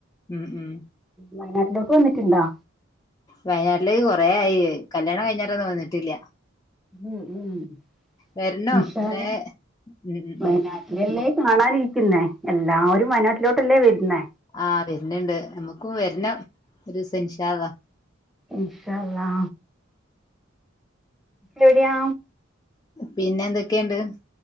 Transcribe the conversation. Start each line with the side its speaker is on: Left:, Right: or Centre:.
Left: ഉം ഉം
Centre: വയനാട്ടിലോട്ട് വന്നിട്ടുണ്ടാ?
Left: വയനാട്ടില് കൊറേയി കല്യാണം കിഞ്ഞേരൊന്നും വന്നിട്ടില്ല.
Centre: ഉം ഉംഇൻശാള്ള
Left: വരണം ഏ ഉം ഉം
Centre: വ
Left: ഉം
Centre: ഇനില്ലെകാണാനിരിക്കുന്നേ എല്ലാരും വയനാട്ടിലോട്ടല്ലേ വരുന്നെ.
Left: ആഹ് വെര്ന്ണ്ട് ഞമ്മുക്കും വര്നം ഒരു ദിവസം ഇൻഷാഅള്ള.
Centre: ഇൻഷാഅള്ളാ എവിടെയാ.
Left: പിന്നെന്തൊക്കെണ്ട്.